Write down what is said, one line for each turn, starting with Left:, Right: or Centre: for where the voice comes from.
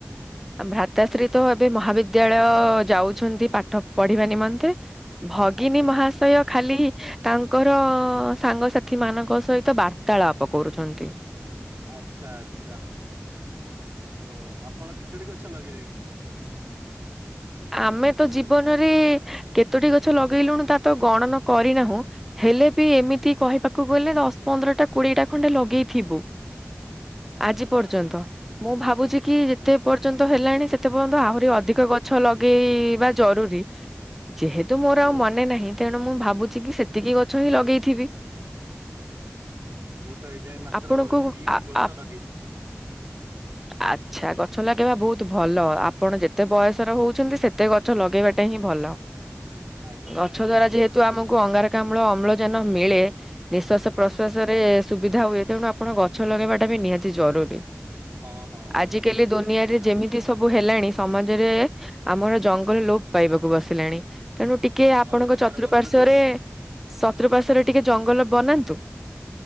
Centre: ଭ୍ରାତାଶ୍ରୀ ତ ଏବେ ମହାବିଦ୍ୟାଳୟ ଯାଉଛନ୍ତି ପାଠ ପଢିବା ନିମ ନ୍ତେ ଭଗିନୀ
Right: ଆଜ୍ଞା
Centre: ମହାଶୟ ଖାଲି ତାଙ୍କର ସାଙ୍ଗସାଥି ମାନଙ୍କ ସହିତ ବାର୍ତାଳାପ କରୁଛନ୍ତି।
Right: ଆଚ୍ଛା ଆଚ୍ଛା ଓ ଆପଣ କେତୋଟି ଗଛ ଲଗେଇଲେଣି?
Centre: ଆମେ ତ ଜୀବନରେ କେତୋଟି ଗଛ ଲଗେଇଲୁଣି ତା ତ ଗଣନ କରିନାହୁଁ। ହେଲେ ବି ଏମିତି କହିବାକୁ ଗଲେ ଦଶ ପନ୍ଦରଟା କୋଡିଏଟା ଖଣ୍ଡେ ଲଗେଇଥିବୁ।
Right: ଆଚ୍ଛା
Centre: ଆଜି ପର୍ଯ୍ୟନ୍ତ ମୁଁ ଭାବୁଛି କି
Right: ଆଚ୍ଛା
Centre: ଯେତେ
Right: ଆଚ୍ଛା
Centre: ପର୍ଯ୍ୟନ୍ତ ହେଲାଣି ସେତେ ପର୍ଯ୍ୟନ୍ତ ଆହୁରି ଅଧିକ ଗଛ ଗଛ ଲଗେଇବା ଜରୁରୀ, ଯେହେତୁ ମୋର ଆଉ
Right: ଓହୋ
Centre: ମନେ ନାହିଁ। ତେଣୁ ମୁଁ ଭାବୁଛି କି ସେତିକି ଗଛ ହିଁ ଲଗେଇଥିବି।
Right: ଓ ମୁଁ ତ ଏଇଯାଏଁ ମାତ୍ର
Centre: ଆପଣଙ୍କୁ
Right: ଦିଟି
Centre: ଆ
Right: ଗଛ
Centre: ଆ
Right: ଲଗେଇଛି।
Centre: ଆଚ୍ଛା ଗଛ ଲଗେଇବା ବହୁତ ଭଲ ଆପଣ ଯେତେ ବୟସର
Right: ହଁ
Centre: ହଉଛନ୍ତି ସେ ତେ ଗଛ ଲଗେଇବାଟା ହିଁ ଭଲ,
Right: ଆଜ୍ଞା
Centre: ଗଛ
Right: ଆଜ୍ଞା
Centre: ଦ୍ଵାରା ଯେହେତୁ ତୁ ଆମକୁ ଅଙ୍ଗାରକାମ୍ଳ ଅମ୍ଳ ଯାନ ମିଳେ ନିଶ୍ଵାସ
Right: ବାସ୍
Centre: ପ୍ରଶ୍ଵାସ ବେ ସୁବିଧା ହୁଏ ତେଣୁ ଆପଣ ଗଛ ଲଗାଇବାଟା ନିହାତ ଜରୁରୀ।
Right: ହଁ ହଁ ହଁ
Centre: ଆଜ କାଲି ଦୁନିଆରେ
Right: ଠିକ କଥା।
Centre: ଯେମିତି ସବୁ ହେଲାଣି ସମାଜରେ ଆମର ଜଙ୍ଗଲ ଲୋପ ପାଇବାକୁ ବସିଲାଣି। ତେଣୁ ଟିକେ ଆପଣଙ୍କ
Right: ସବୁ ତ ଘର
Centre: ଚତୁଃପାର୍ଶ୍ଵରେ
Right: ବନେଇ ଦଉଛନ୍ତି
Centre: ଚତୁଃପାର୍ଶ୍ଵରେ ଟିକେ ଜଙ୍ଗଲ ବନାନ୍ତୁ।